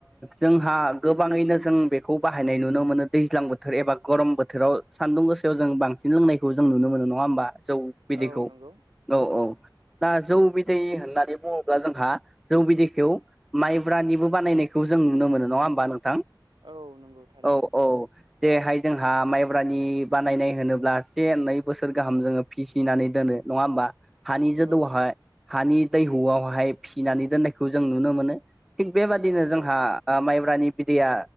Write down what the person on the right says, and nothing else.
औ नंगौ
औ नंगौ थारैनो
औ
औ